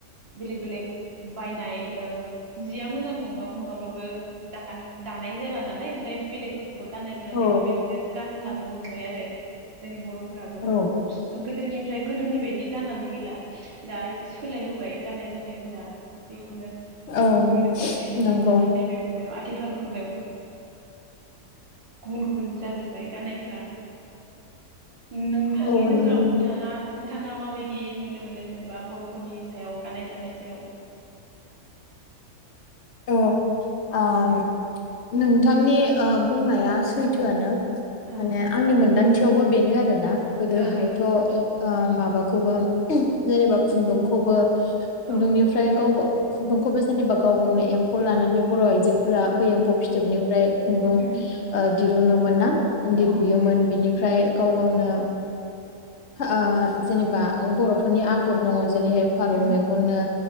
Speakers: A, on the right; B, on the left.
A: बेलेग बेलेग बायनाय ओ जिया मोजां नंबाबो नंङाबाबो दानो दानाय जाला नालाय ओमफ्राय बेलेगफोर। खौबो गाननाय नुनानै
B: औ
A: बेबायदिनो गानलांनो हमबाय आरो जोंनि बर' फोराबो
B: औ
A: गोदोनिफ्राय गोदोनि बायदि जानानै गैला दा एसे सोलायबोबाय गाननाय जोमनायफोरा बेखौनो
B: औ
A: नुनो मोनसै
B: नंगौ
A: दानि नैबे मुगायाव आथिखाल मुगायाव। गुबुन गुबुन जाजोबबाय गाननायफोरा। नोंथांनि
B: औ
A: नोजोराव
B: नंगौ नोंथां
A: नोंथाङा थाङा माबायदि नुनो मोनो जेनेबा बर'फोरनि सायाव गाननाय जोमनायनि सायाव?
B: <inaudible> औ आम नोंथांनि ओ बुंनाया सैथोआनो। माने
A: औ
B: आंनि मोनदांथियावबो बेनो आरोना गोदोहायथ'
A: औ
B: ओ माबा खौबो जेनेबा खुन्दुंखौबो खुन्दुंनिफ्राय
A: औ
B: गावग खुन्दुंखौबो जेनेबा गाव गावनो एम्फौ लानानै बर' आइजोफोरा बे एम्फौ फिथोबनिफ्राय खुन्दुं
A: उम
B: ओ दिरुनो मोन ना इन्दि
A: औ
B: लुयोमोन
A: दे
B: बिनिफ्राय गाव गावनो आ जेनेबा बर'फोरनि आग'र दङ। जेरैहाय फारौ
A: उम
B: मेगननो